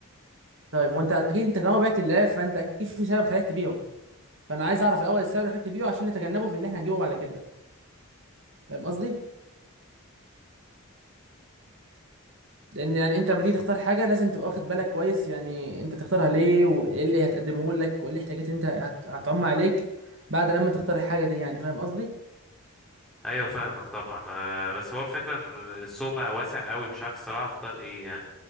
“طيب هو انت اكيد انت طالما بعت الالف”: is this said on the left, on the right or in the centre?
Right